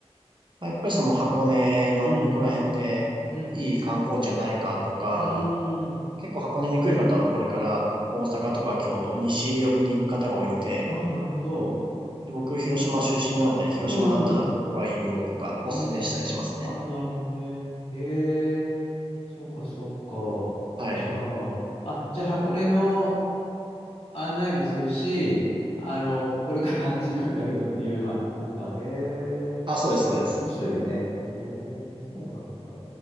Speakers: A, on the right; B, on the left.
A: まあ、やっぱりその箱根のここら辺でいい観光地はないかとか、
B: うん。うん。うーん。
A: 結構箱根に来る方はこれから大阪とか京都、西寄りに行く方が多いので、
B: ああ、なるほど。
A: で僕、
B: うーん。
A: 広島出身なので、広島だったらここがいいよとか、
B: うん。うーん。
A: おすすめしたりしますね。
B: ああ、なるほどね。へえ、そうか、そうか。
A: はい。
B: じゃあ、あ、じゃあ箱根の、案内もするし、あの、これからあっち行くんだけどっていうのはあるんだ。へえ、
A: あ、そうです、そうです。
B: 面白いね。へえ、そうなんだ。